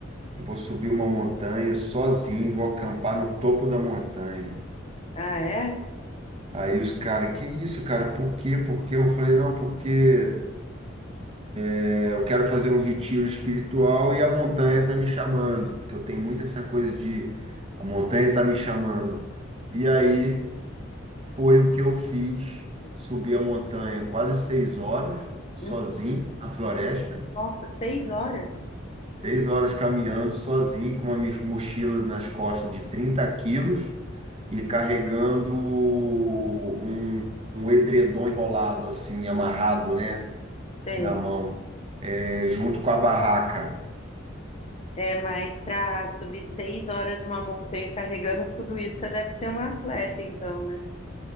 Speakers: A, on the right; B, on the left.
A: e vou subir uma montanha sozinho, vou acampar no topo da montanha.
B: Ah, é?
A: Aí os caras, que isso, cara? Por quê? Por quê? Eu falei, não, porque é, eu quero fazer um retiro espiritual e a montanha tá me chamando, porque eu tenho muito essa coisa de a montanha tá me chamando. E aí foi o que eu fiz, subi a montanha quase seis horas, sozinho,
B: Uhum.
A: na floresta.
B: Nossa, seis horas?
A: Seis horas caminhando sozinho, com uma mis- mochila nas costas de 30 quilos e carregando um, um edredom enrolado, assim, amarrado, né,
B: Sei.
A: na mão, é, junto com a barraca.
B: É, mas para subir seis horas uma montanha carregando tudo isso, você deve ser um atleta, então, né?